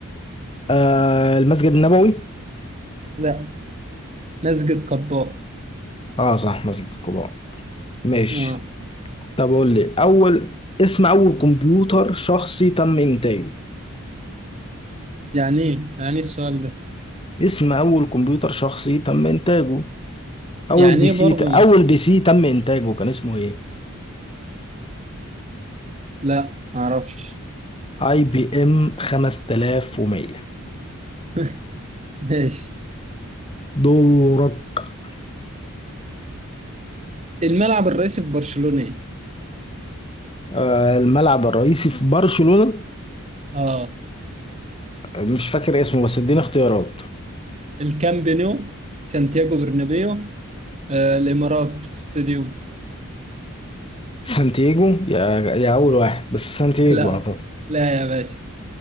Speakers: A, on the left (about 25°); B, on the right (about 30°).
A: آه المسجد النبوي
B: لا مسجد قباء
A: اه صح مسجد قباء ماشي
B: اه
A: طب قول لي اول اسم اول كمبيوتر شخصي تم انتاجه
B: يعني ايه يعني إيه السؤال ده
A: اسم اول كمبيوتر شخصي تم انتاجه اول
B: يعني
A: بي
B: ايه
A: سي
B: برضه
A: ت... اول
B: مس
A: بي سي تم انتاجه كان اسمه ايه
B: لا معرفش
A: اي بي ام 5100
B: <laughs> ماشي
A: دورك
B: الملعب الرئيسي في برشلونة ايه
A: آه، الملعب الرئيسي في برشلونة
B: اه
A: مش فاكر اسمه بس اديني اختيارات
B: الكامب نو سانتياغو برنابيو آه الامارات ستاديوم
A: سانتياجو يا يا اول واحد بس سانتياجو
B: لا
A: اعتقد
B: لا يا باشا